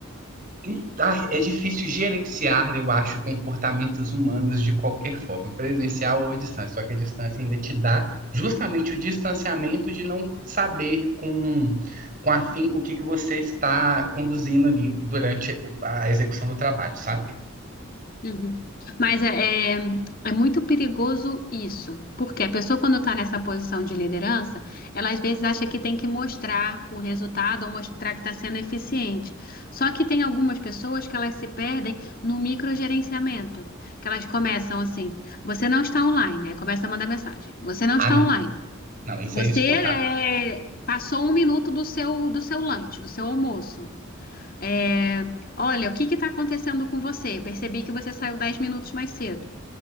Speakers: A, on the right (about 40°); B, on the left (about 45°).
A: tem- Ah, É difícil gerenciar, eu acho, comportamentos humanos de qualquer forma, presencial ou à distância. Só que a distância ainda te dá justamente o distanciamento de não saber com, com afinco o que que você está conduzindo ali durante o- a execução do trabalho, sabe?
B: uhum. Mas é, é, é muito perigoso isso, porque a pessoa, quando está nessa posição de liderança, ela às vezes acha que tem que mostrar o resultado ou mostrar que está sendo eficiente. Só que tem algumas pessoas que elas se perdem no microgerenciamento, que elas começam assim: você não está online, aí começa a mandar mensagem: você não
A: Ah,
B: está
A: não.
B: online,
A: Não, isso
B: você
A: aí é insuportável.
B: é, passou um minuto do seu, do seu lanche, do seu almoço. É, olha, o que está acontecendo com você? Percebi que você saiu 10 minutos mais cedo.